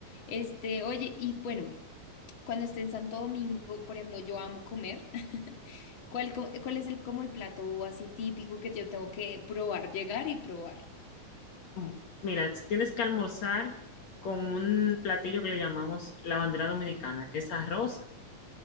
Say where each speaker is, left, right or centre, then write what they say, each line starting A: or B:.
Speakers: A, on the left (about 40°); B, on the left (about 55°).
A: Este, oye, y bueno, cuando esté en Santo Domingo, por ejemplo, yo amo comer. <laughs> ¿Cuál, co- cuál es el, como el plato así típico que yo tengo que probar, llegar y probar?
B: Mm. Mira, tienes que almorzar con un platillo que le llamamos la bandera dominicana, que es arroz,